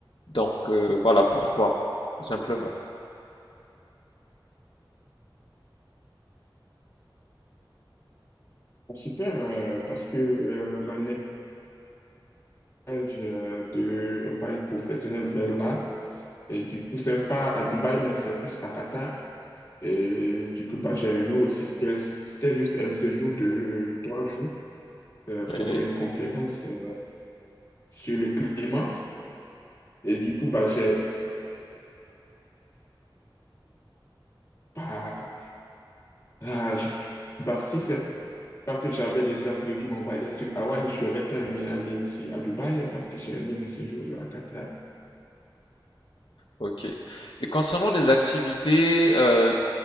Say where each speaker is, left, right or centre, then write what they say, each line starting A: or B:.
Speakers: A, on the left (about 70°); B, on the left (about 30°).
A: Donc, euh, voilà pourquoi, tout simplement.
B: Bah, Super, euh, parce que euh, la neige euh, de un voyage professionnel vers là, et du coup, c'est pas à Dubaï, mais c'est plus à Qatar. Et du coup, bah, j'ai aimé aussi, c'était c'était juste un séjour de trois jours euh,
A: Ouais.
B: pour une conférence euh, sur le climat. Et du coup, bah, j'ai bah, ah, je suis- bah, si c'est pas que j'avais déjà prévu mon voyage sur Hawaï, j'aurais tant aimé aller aussi à Dubaï parce que j'ai aimé mon séjour à Qatar.
A: Ok. Et concernant les activités, euh,